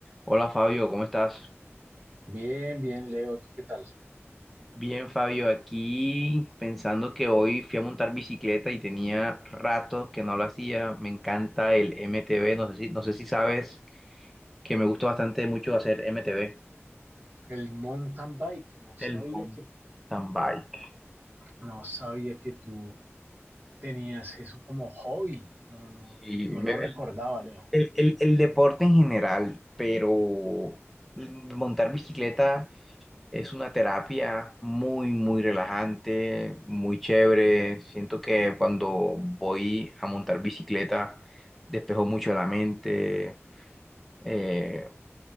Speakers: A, in the centre; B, on the right.
A: Hola Fabio, ¿cómo estás?
B: Bien, bien, Leo, ¿tú qué tal?
A: Bien, Fabio, aquí pensando que hoy fui a montar bicicleta y tenía rato que no lo hacía. Me encanta el MTB, no sé si, no sé si sabes que me gusta bastante mucho hacer MTB.
B: El mountain bike, no
A: El
B: sabía
A: mountain
B: que,
A: bike.
B: no sabía que tú tenías eso como hobby, no, no,
A: Sí,
B: no
A: me-
B: lo
A: el,
B: recordaba, Leo.
A: el- el- el deporte en general, pero montar bicicleta Es una terapia muy, muy relajante, muy chévere. Siento que cuando voy a montar bicicleta despejo mucho la mente. Eh,